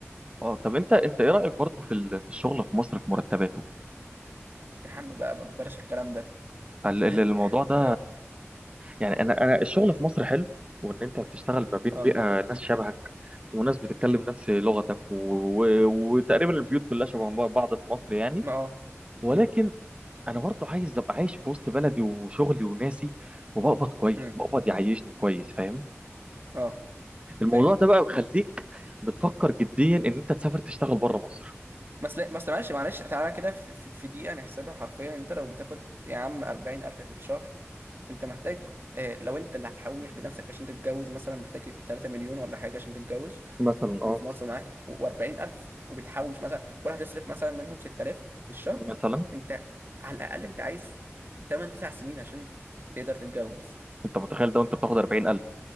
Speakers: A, on the right; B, on the right.
A: اه طب انت انت ايه رايك برضه في ال- في الشغل في مصر في مرتباته
B: يا عم بقى ما بلاش الكلام ده
A: ال- ال-
B: <laughs>
A: الموضوع ده
B: ب...
A: يعني انا انا الشغل في مصر حلو وان انت بتشتغل ما بين
B: اه
A: بيئه ناس شبهك وناس بتتكلم
B: مم.
A: نفس لغتك و... و... وتقريبا البيوت كلها شبه بعض في مصر يعني
B: ما اه
A: ولكن
B: مم.
A: انا برضه عايز ابقى عايش في وسط بلدي وشغلي وناسي وبقبض كويس
B: مم.
A: بقبض يعيشني كويس فاهم
B: اه
A: الموضوع
B: فاهم
A: ده بقى بيخليك بتفكر جديا ان انت تسافر تشتغل بره مصر
B: بس لا بس معلش معلش تعالى كده في, في في دقيقة نحسبها حرفيا يعني انت لو بتاخد يا عم 40000 في الشهر انت محتاج آه لو انت اللي هتحوش بنفسك عشان تتجوز مثلا محتاج 3 مليون ولا حاجة عشان تتجوز
A: مثلا
B: وفي
A: اه
B: مصر معاك و40000 وبتحوش مثلا كل هتصرف مثلا منهم 6000 في الشهر
A: مثلا
B: انت على الأقل انت عايز 8 9 سنين عشان تقدر تتجوز
A: انت متخيل ده وانت بتاخد 40000